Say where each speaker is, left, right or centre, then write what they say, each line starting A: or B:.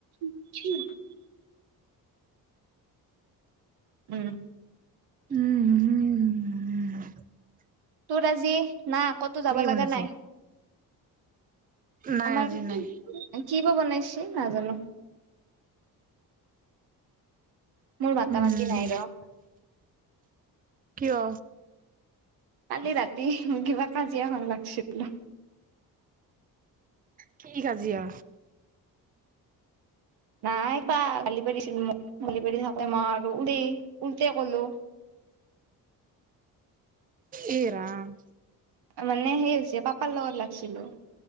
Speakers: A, on the right; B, on the right.
A: উ উম
B: উম উম উম
A: তোৰ আজি না ক'তো যাব লগা
B: বনাইছে?
A: নাই
B: নাই
A: ম
B: আজি
A: কি
B: নাই
A: <unintelligible> কি বা বনাইছে নাজানো মোৰ মাতা
B: উম
A: মাতি নাই ৰ
B: কিয়
A: কালি ৰাতি কিবা কাজিয়াখন লাগছে বোলে
B: কি কাজিয়া
A: নাই বা গালি পাৰিছিল মোক গালি পাৰি থাকোঁতে মই আৰু উৰি উলটাই কলো
B: এ ৰাম
A: মানে হেই হৈছে পাপাৰ লগত লাগিছিলো